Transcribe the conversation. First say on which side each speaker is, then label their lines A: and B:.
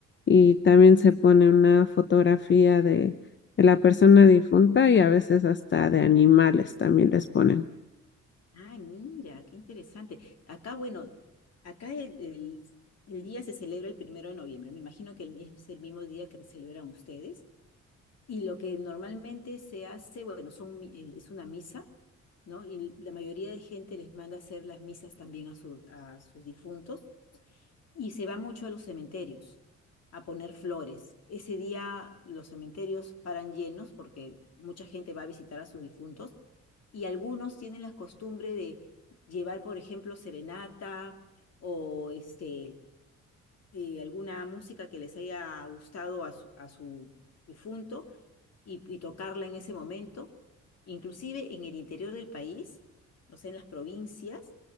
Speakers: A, on the left; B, on the left.
A: y también se pone una fotografía de, de la persona difunta y a veces hasta de animales también les ponen.
B: Ay, mira, qué interesante. Acá, bueno, acá el, el- el día se celebra el primero de noviembre. Me imagino que el mi- es el mismo día que celebran ustedes. Y lo que normalmente se hace, bueno, son, mi- eh, es una misa, ¿no? Y la mayoría de gente les manda hacer las misas también a sus, a sus difuntos. Y se va mucho a los cementerios a poner flores. Ese día los cementerios paran llenos porque mucha gente va a visitar a sus difuntos y algunos tienen la costumbre de llevar, por ejemplo, serenata o este, eh, alguna música que les haya gustado a su, a su difunto y, y tocarla en ese momento. Inclusive en el interior del país, o sea, en las provincias,